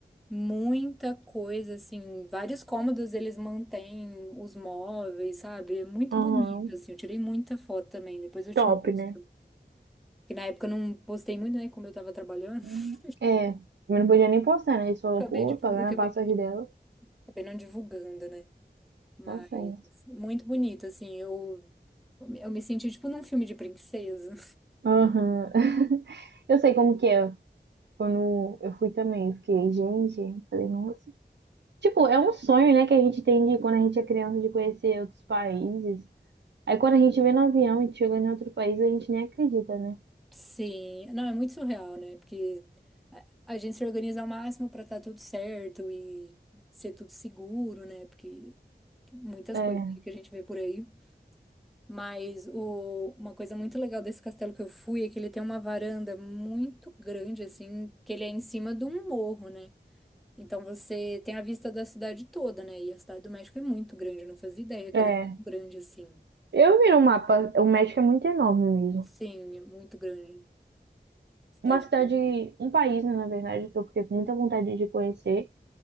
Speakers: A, in the centre; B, on the right (about 80°).
A: muita coisa, assim, vários cômodos eles mantêm os móveis, sabe? É muito
B: Uhum.
A: bonito, assim. Eu tirei muita foto também, depois eu
B: Top,
A: te mostro.
B: né?
A: Que na época eu não postei muito, né? Como eu tava trabalhando,
B: Uhum.
A: <laughs>
B: É. Eu não podia nem postar, né? Eles falaram,
A: acabei,
B: pô,
A: divu-
B: pagar
A: acabei,
B: na passagem dela.
A: acabei não divulgando, né? Mas
B: Tá certo.
A: muito bonito, assim. Eu, eu me senti tipo num filme de princesa.
B: Aham. <laughs> Eu sei como que é. Quando eu fui também, eu fiquei, gente, falei, nossa. Tipo, é um sonho, né, que a gente tem de quando a gente é criança de conhecer outros países. Aí quando a gente vê no avião e chega em outro país, a gente nem acredita, né?
A: Sim, não, é muito surreal, né? Porque a a gente se organiza ao máximo para estar tudo certo e ser tudo seguro, né? Porque muitas
B: É.
A: coisas aí que a gente vê por aí. Mas o, uma coisa muito legal desse castelo que eu fui é que ele tem uma varanda muito grande, assim, que ele é em cima de um morro, né? Então você tem a vista da cidade toda, né? E a cidade do México é muito grande, eu não fazia ideia que
B: É,
A: era tão grande assim.
B: eu vi no mapa, o México é muito enorme mesmo.
A: Sim, é muito grande. Cidade
B: Uma cidade,
A: bem. grande.
B: um país, né, na verdade, que eu fiquei com muita vontade de conhecer